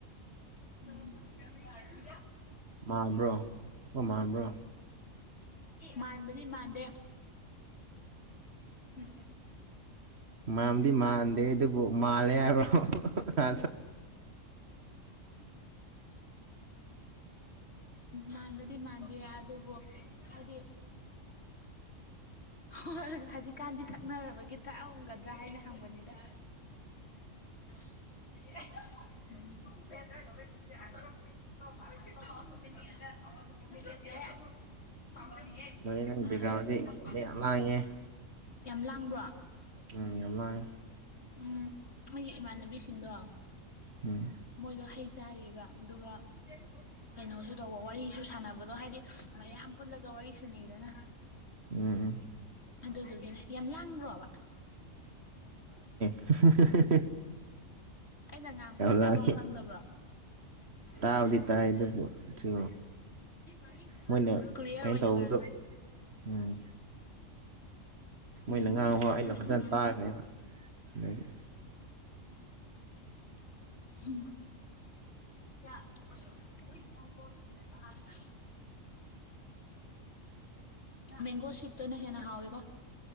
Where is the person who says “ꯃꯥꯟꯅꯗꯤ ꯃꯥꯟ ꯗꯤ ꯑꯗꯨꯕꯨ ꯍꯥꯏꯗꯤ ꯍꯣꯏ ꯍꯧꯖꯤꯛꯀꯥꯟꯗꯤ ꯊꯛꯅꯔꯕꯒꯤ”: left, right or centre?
Left